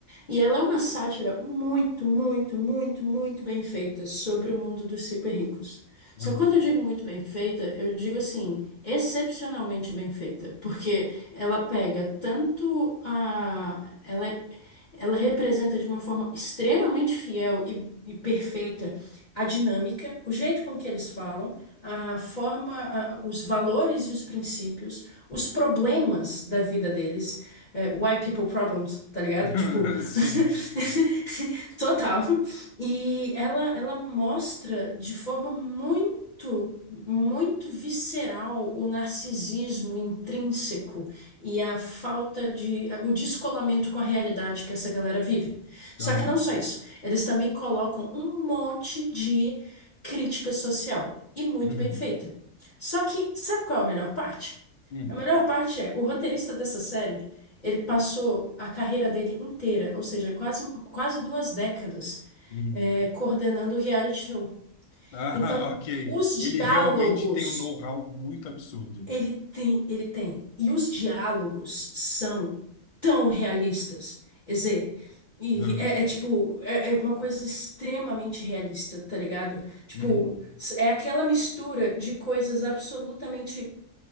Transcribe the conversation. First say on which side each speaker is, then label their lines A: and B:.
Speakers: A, on the left; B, on the left.
A: E ela é uma sátira muito, muito, muito, muito bem feita sobre o mundo dos super ricos. Só
B: Aham.
A: que quando eu digo muito bem feita, eu digo assim, excepcionalmente bem feita. Porque ela pega tanto a. Ela é- ela representa de uma forma extremamente fiel e, e perfeita a dinâmica, o jeito com que eles falam, a forma, a- os valores e os princípios, os problemas da vida deles, é, white people problems, tá ligado?
B: <laughs>
A: Tipo,
B: Sim.
A: <laughs> total. E ela, ela mostra de forma muito, muito visceral o narcisismo intrínseco e a falta de, o descolamento com a realidade que essa galera vive. Só
B: Aham.
A: que não só isso. Eles também colocam um monte de crítica social e muito
B: Uhum.
A: bem feita. Só que, sabe qual é a melhor parte?
B: Uhum.
A: A melhor parte é, o roteirista dessa série, ele passou a carreira dele inteira, ou seja, quase, quase duas décadas,
B: Uhum.
A: eh, coordenando o reality show.
B: Ah,
A: Então,
B: <laughs> ok.
A: os diálogos
B: Ele realmente tem um know-how muito absurdo.
A: ele tem, ele tem. E os diálogos são tão realistas. Quer dizer, e
B: Aham.
A: é, é tipo, é, é uma coisa extremamente realista, tá ligado? Tipo,
B: Uhum.
A: s- é aquela mistura de coisas absolutamente